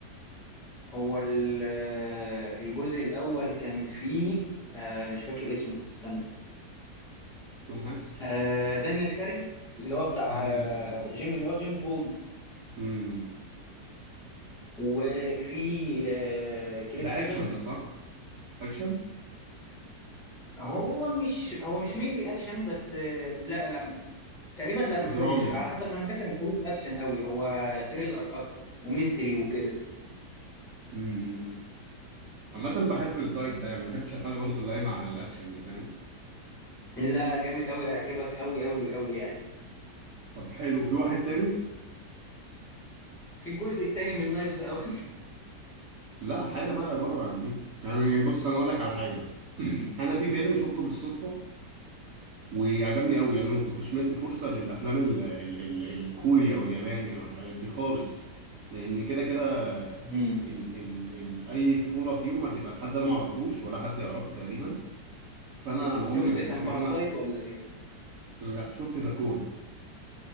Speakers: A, in the centre; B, on the right (about 65°).
A: هو ال- آه، الجزء الاول كان فيه آه مش فاكر اسمه استنى
B: توم هانكس
A: آه دانيال كارج اللي هو بتاع
B: دانيال
A: آه
B: كارينج
A: جيم اللي هو جيمس بوند
B: امم
A: وفي آه كريس
B: ده
A: ايفنز
B: اكشن ده صح اكشن
A: هو مش هو مش مين لي اكشن بس آه، لا لا تقريبا لا ما
B: درامي
A: فيه مش
B: يعني
A: على حسب ما انا فاكر ما فيهوش اكشن قوي هو ثريلر اكتر وميستري وكده
B: امم عامه بحب التايب ده يعني ما بحبش الحاجه برضو اللي قايمه على الاكشن دي فاهم
A: لا جامد قوي هيعجبك قوي قوي قوي يعني
B: طب حلو في واحد تاني
A: في الجزء التاني من نايفز اوت
B: لا حاجه بقى بره عن دي يعني بص انا اقول لك على حاجه مثلا <clears throat> انا في فيلم شفته بالصدفه وعجبني قوي يعني انا ما كنتش مدي فرصة للافلام ال ال ال الكوريا واليابانية والحاجات دي خالص لان كده كده
A: <laughs> مم.
B: ال ال ال اي بطولة فيهم هتبقى لحد انا ما اعرفوش ولا حد يعرفه تقريبا فانا ما عمري
A: شفت
B: ما اديته
A: كان
B: كان
A: باراسايت
B: انا
A: ولا ايه
B: لا شفت ذا كول